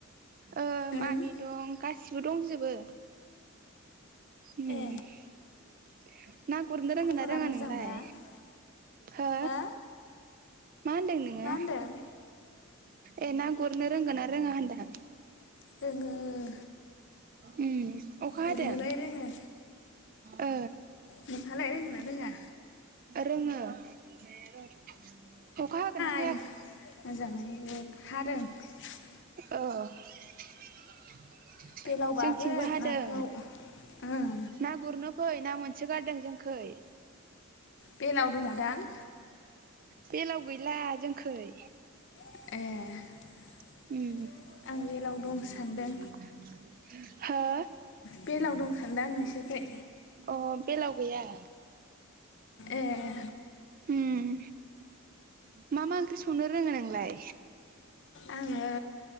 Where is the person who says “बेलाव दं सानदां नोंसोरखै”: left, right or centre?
Left